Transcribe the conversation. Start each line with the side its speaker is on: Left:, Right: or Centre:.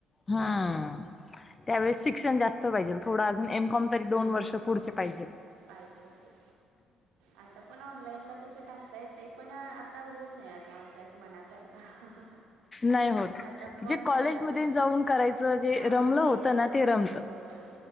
Left: हम्म त्यावेळेस शिक्षण जास्त पाहिजे. थोडा अजून एमकॉम तरी दोन वर्ष
Right: एम
Left: पुढचे
Right: कॉम
Left: पाहिजेत.
Right: पाहिजे होते आता पण ऑनलाईन ला तस टाकता येते पण ता होत नाही असा अभ्यास मनासारखा
Left: नाही होत
Right: आता मन
Left: जे कॉलेजमध्ये
Right: नाय लागत
Left: जाऊन करायचं जे
Right: हा
Left: रमलं होतं
Right: ते वेगळंच
Left: ना ते रमतं.
Right: होय.